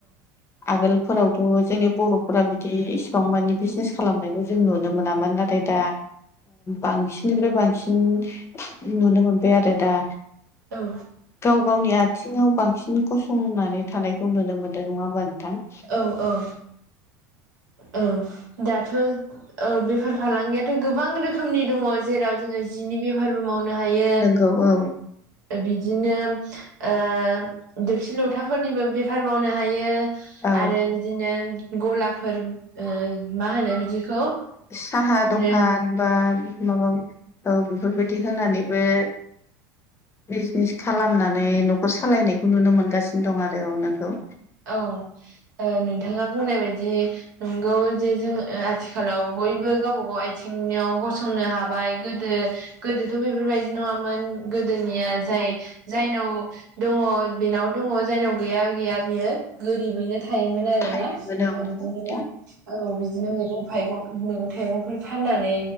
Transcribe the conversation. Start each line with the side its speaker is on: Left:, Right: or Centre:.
Left: आगोलफोरावथ' जोंनि बर'फोरा बिदि इसिबां माने बिजनेस खालामनायखौ जों नुनो मोनामोन नाथाय दा बांसिननिफ्राय बांसिन नुनो मोनबाय आरो दा
Right: औ
Left: गाव गावनि आथिंङाव बांसिन गसंनानै थानायखौ नुनो मोन्दों नंङा होमबा नोंथां
Right: औ औ औ दाथ' औ बेफार फालांगियाथ' गोबां रोखोमनि दंङो जेराव जोंङो जिनि बेफारबो मावनो हायो।
Left: नंगौ औ
Right: बिदिनो ओ दोसि लथाफोरनिबो बे बे मावनो हायो
Left: औ
Right: आरो बिदिनो गलाफोर मा होनो बिदिखौ
Left: साहा दखान
Right: ओ
Left: बा माबा औ बेफोरबायदि होनानैबो बिजनेस खालामनानै न'खर सालायनायखौ नुनो मोनगासिनो दं आरो औ नंगौ
Right: औ नोंथांङा बुंनाय बायदि नंगौ जे जोंङो आथिखालाव बयबो गावबा गाव आथिंङाव गसंनो हाबाय गोदो गोदोथ' बेफोरबायदि नंङामोन गोदोनिया जाय
Left: औ
Right: जायनाव दंङो बेनाव दंङो जायनाव गैया गैया बियो गोरिबैनो थायोमोन आरो
Left: थारैनो
Right: ना बिदिनो
Left: नंगौ नोंथां।
Right: औ बिदिनो मैगं थाइगं मैगं थाइगंफोर फाननानै